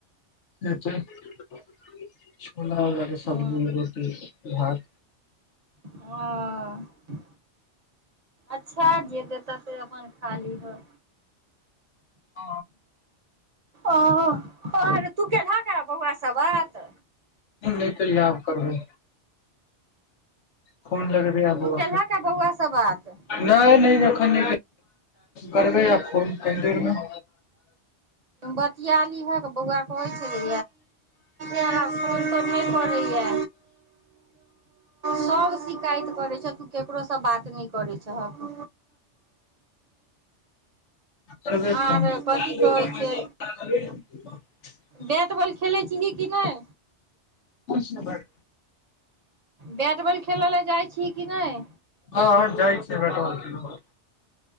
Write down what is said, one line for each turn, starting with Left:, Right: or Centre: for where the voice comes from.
Left: अचछा सब्जी
Right: हूँ
Left: रोट भात
Right: ओ अच्छा जे देताह से अपन खा लीहऽ
Left: आ
Right: ओ आर तू केेलह ग बौआ सब बात
Left: नहि तो यब करबे ह फोन लगेबै आब बौ
Right: केलह का बौआसँ बात
Left: नहि नहि एखन करबै आ फोन कनि देरमे
Right: बतिया लिह के बौआ कहै छलै या फन त नहि करैया सब शिकायत करै छ ककरोसँ बात नहि करै छहक
Left: करब
Right: आर कथी कहै छै बैट बॉल खेलै छीही कि नहि
Left: पच नगर
Right: बैट बॉल खेलय लए जाइ छी किी नहि
Left: हँ जाइके छैटल